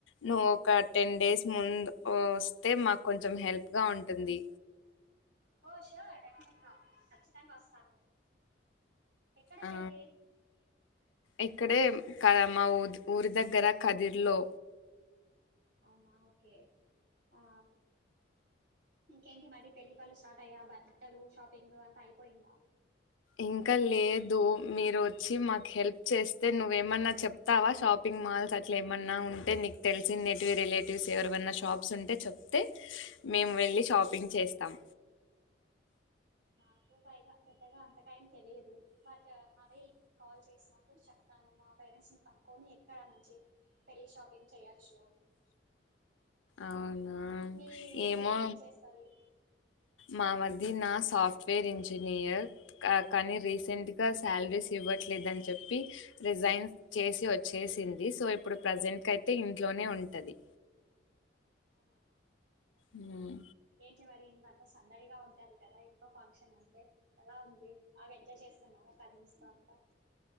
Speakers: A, on the left; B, on the right.
A: నువ్వు ఒక టెన్ డేస్ ముందు వస్తే మాక్కొచెం హెల్ప్ గా ఉంటుంది
B: ఓష్ ఓ డెఫనెట్ గా కచ్చితంగా వ తను ఎక్కడ
A: ఆ
B: పెళ్ళి
A: ఇక్కడే కదా మా ఊ ఊరి దగ్గర కదిర్లో
B: అవునా ఓకే ఆ ఇంకేంటి మరి పెళ్లి పళ్ళు స్టార్ట్ యా బ బట్టలు షాపింగ్ అంతా అయిపోయిందా
A: ఇంకా లేదు మీరు ఒచ్చి మాకు హెల్ప్ చేస్తే నువ్వేమన్నా చెప్తావా షాపింగ్ మాల్స్ అట్లా ఏమన్నా ఉంటే నీకు తెలిసి నేటివి రిలేటివ్స్ ఎవరన్నా షాప్స్ ఉంటే చెప్తే మేము వెళ్ళి షాపింగ్ చేస్తాం
B: మాకు పైగా పెద్దగా అంతగా ఏం తెలియదు బట్ మళ్ళీ కాల్ చేసినప్పుడు చెప్తాను మా పేరెంట్స్ని కనుకొని ఎక్కడ మంచి పెళ్ళి షాపింగ్ చెయ్యచ్చు అని
A: అవునా!
B: మీ వదిన
A: ఏమో
B: ఏం చేస్తాది
A: మా వదినా సాఫ్ట్వేర్ ఇంజినియర్ కా కానీ రీసెంట్ గా సాలరీస్ ఇవ్వట్లేదని చెప్పి రిజైన్ చేసి వచ్చేసింది సో ఇప్పుడు ప్రజెంట్కయితే ఇంట్లోనే ఉంటది
B: అవునా ఓకే
A: హ్మ్.
B: ఇంకేంటి మరి ఇంద సందడిగా ఉంటది కదా ఇంట్లో ఫంక్షన్ అంటే ఎలా ఉంది బాగా ఎంజాయ్ చేస్తున్నారా కజిన్స్ తో అంతా